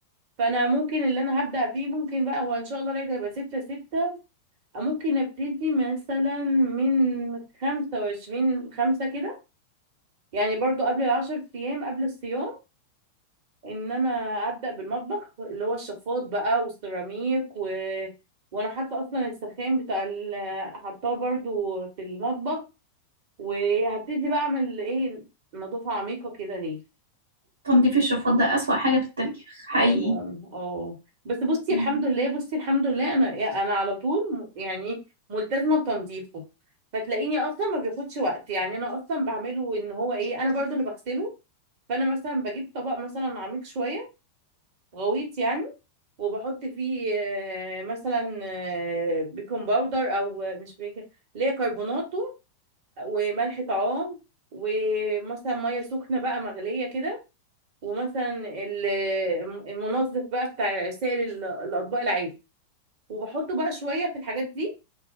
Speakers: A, on the right; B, on the right.
A: فانا ممكن اللي انا هبدأ فيه ممكن بقى هو ان شاء الله العيد هيبقى 6 6 ممكن ابتدي مثلا من خمسة وعشرين خمسة كده يعني برضو قبل العشر ايام قبل الصيام ان انا ابدا بالمطبخ اللي هو الشفاط بقى والسيراميك و... وانا حاطه اصلا السخان بتاع ال... حطاه برضو في المطبخ وهبتدي بقى اعمل ايه نظافه عميقه كده ليه
B: تنظيف الشفاط ده أسوأ حاجة في التاريخ حقيقي
A: اه اه بس بصي
B: مم.
A: الحمد لله بصي الحمد لله انا انا على طول م- يعني ملتزمه بتنظيفه فتلاقيني اصلا ما بياخدش وقت يعني انا اصلا بعمله ان هو ايه انا برضو اللي بغسله فانا مثلا بجيب طبق مثلا عميق شويه غويط يعني وبحط فيه آه، مثلا آه، بيكنج باودر او مش بيكنج اللي هي كربوناتو وملح طعام ومثلا ميه سخنه بقى مغليه كده ومثلا ال- المنظف بقى بتاع سائل ال- الاطباق العادي وبحطه بقى شويه في الحاجات دي